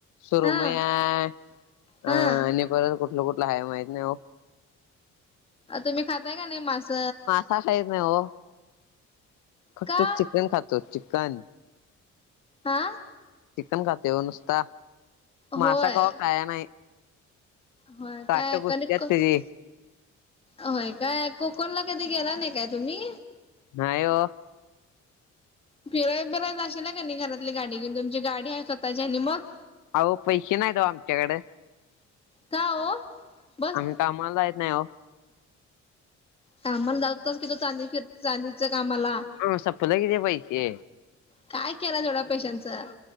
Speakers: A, on the left (about 80°); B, on the left (about 20°).
A: सुरुमई
B: हा
A: हाय अ
B: हा
A: आणि परत कुठल कुठल आहे माहित नाहीय ओ
B: तुम्ही खाताय का नाही मास.
A: का खाईत नाही ओ <unintelligible> फक्त
B: का
A: चिकन खातो चिकन.
B: हा
A: चिकन खातोय हो नुसता
B: होय
A: मासा कवा खाया नाही.
B: होय
A: काट
B: काय
A: घुसत्यात
B: कल <unintelligible>
A: त्याची.
B: होय काय कोकणला कधी गेला नाही काय तुम्ही?
A: नाही ओ.
B: फिराय बिरायला जाशीला का नाही घरातली गाडी घेऊन तुमची गाडी आहे स्वतःची आणि मग.
A: अहो पैसे नाहीत ओ आमच्याकड
B: का ओ बस
A: आम्ही कामाला जायत नाही ओ.
B: कामाला लावतोस की तू चांदी फिर चांदीच्या कामाला.
A: हो सपल कि ते पैसे
B: काय केला तेवढ्या पैशांचं